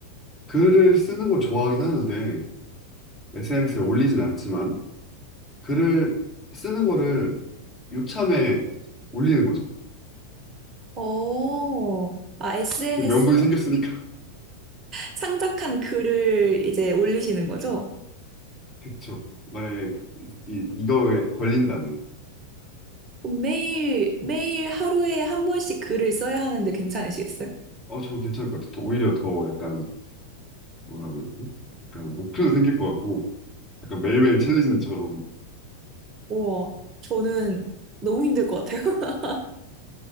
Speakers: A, on the left; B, on the right.
A: 글을 쓰는 걸 좋아하긴 하는데 SNS에 올리진 않지만 글을 쓰는 거를 요참에 올리는 거죠.
B: 어, 아, SNS
A: 이게 명분이 생겼으니까.
B: 창작한 글을 이제 올리시는 거죠?
A: <laughs> 그쵸. 만약에 이, 이거에 걸린다면.
B: 매일 매일 하루에 한 번씩 글을 써야 하는데 괜찮으시겠어요?
A: 어, 저건 괜찮을 것 같아. 더- 오히려 더 약간, 뭐라 그러지? 약간 목표도 생길 것 같고, 약간 매일매일 챌린지처럼,
B: 우와, 저는 너무 힘들 것 같아요. <laughs>